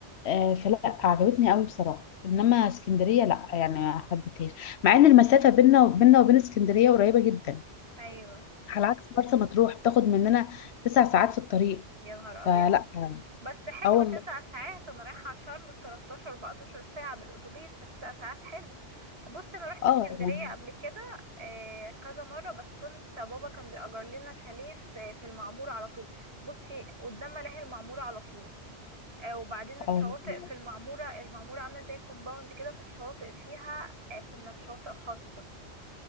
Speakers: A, on the left; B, on the right.
A: آه، فلا عجبتني قوي بصراحه انما اسكندريه لا يعني ما حبيتهاش مع ان المسافه بيننا بيننا وبين اسكندريه قريبه جدا
B: ايوه
A: على عكس مرسى مطروح بتاخد مننا تسع ساعات في الطريق
B: يا نهار
A: فلا
B: ابيض بس حلو
A: اه والله
B: تسع ساعات انا رايحة شرم في 13 14 ساعة بالاتوبيس فتسع ساعات حلو بصي انا روحت
A: اه
B: اسكندرية
A: يعني
B: قبل كده آه، كذا مرة بس كنت بابا كان بيأجر لنا شاليه في في المعمورة على طول بصي قدام ملاهي المعمورة على طول آه، وبعدين الشواطئ
A: اه لا.
B: في المعمورة المعمورة عاملة زي كومباوند كده فالشواطئ فيها آه، كنا في شواطئ خاصة